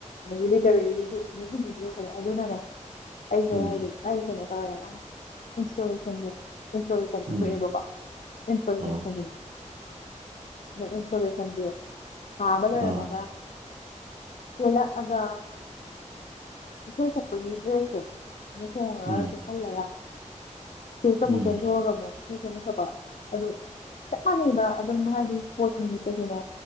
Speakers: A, on the left; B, on the right.
A: ꯅꯨꯃꯤꯠ ꯍꯨꯝꯅꯤꯗꯤ ꯂꯣꯏꯁꯜꯂꯦ ꯑꯗꯨꯅꯅꯦ ꯑꯩꯖꯦ
B: ꯎꯝ
A: ꯍꯥꯏꯗꯤ ꯑꯩ ꯀꯩꯅꯣ ꯇꯧꯋꯦ ꯑ ꯏꯟꯁꯇꯣꯂꯨꯁꯟꯖꯦ ꯏꯟꯁꯇꯣꯂꯨꯁꯟꯗꯤ
B: ꯎꯝ
A: ꯊꯣꯛꯑꯦꯕꯀꯣ ꯏꯟꯁꯇꯣꯂꯦꯁꯟ
B: ꯑꯣ
A: <unintelligible> ꯏꯟꯁꯇꯣꯂꯦꯁꯟꯖꯦ ꯑꯥꯗ ꯂꯩꯔꯝꯃꯒ
B: ꯑꯥ
A: ꯆꯦꯜꯂꯛꯑꯒ ꯏꯁꯩ ꯁꯛꯄꯒꯤ ꯗ꯭ꯔꯦꯁꯁꯦ ꯑꯗꯨ ꯍꯣꯡꯉꯒ
B: ꯎꯝ
A: ꯆꯦꯛꯍꯜꯂꯒ ꯁꯇꯦꯁꯇ ꯑꯃꯨꯛ
B: ꯎꯝ
A: ꯆꯦꯟꯊꯣꯛꯑꯒ ꯑꯃꯨꯛ <unintelligible> ꯁꯛꯄ ꯑꯗꯨ ꯆꯞ ꯃꯥꯟꯅꯅꯩꯕ ꯑꯗꯨꯝ ꯍꯥꯏꯗꯤ ꯏꯁꯄꯣꯔꯠꯁ ꯅꯨꯃꯤꯠꯇꯁꯨꯅꯦ